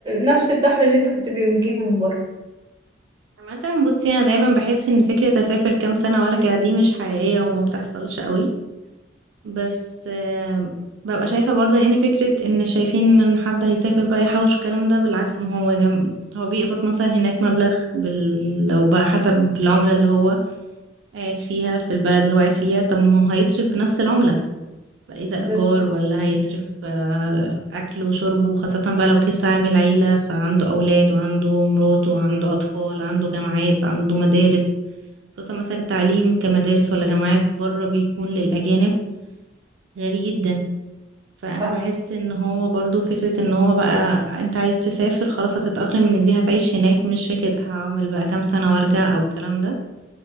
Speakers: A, on the right (about 25°); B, on the right (about 80°).
A: نفس الدخل اللي انت كنت بتجيبه من بره
B: عامة بصي انا دايما بحس ان فكرة اسافر كام سنة وارجع دي مش حقيقية وما بتحصلش قوي بس آم، ببقى شايفة برضه ان فكرة ان شايفين ان حد هيسافر بقى يحوش الكلام ده بالعكس ما هو جم... هو بيقبض مثلا هناك مبلغ بال... لو بقى حسب العملة اللي هو قاعد فيها في البلد اللي هو قاعد فيها طب ما هو هيصرف بنفس العملة بقى إذا إيجار
A: ده
B: ولا هيصرف آه، أكله وشربه خاصة بقى لو كيس عامل عيلة فعنده أولاد وعنده مراته وعنده أطفال عنده جامعات عنده مدارس خاصة مثلا التعليم كمدارس ولا جامعات بره بيكون للأجانب غالي جدا فأنا
A: صح
B: بحس إن هو برضو فكرة إن هو بقى أنت عايز تسافر خلاص هتتأقلم إن دي هتعيش هناك مش فكرة هعمل بقى كام سنة وأرجع أو الكلام ده